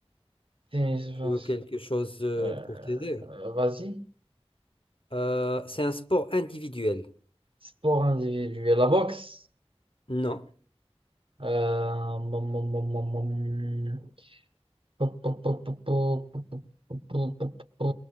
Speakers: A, on the right; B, on the left.
A: tennis,
B: Tu veux quelque chose euh,
A: euh,
B: pour t'aider?
A: vas-y.
B: Euh, c'est un sport individuel.
A: Sport individuel. La boxe?
B: Non,
A: Euh, mm, mm, mm, mm, mm. Pop, pop, pop, pop, pop, pop, pop, pop, pop, pop.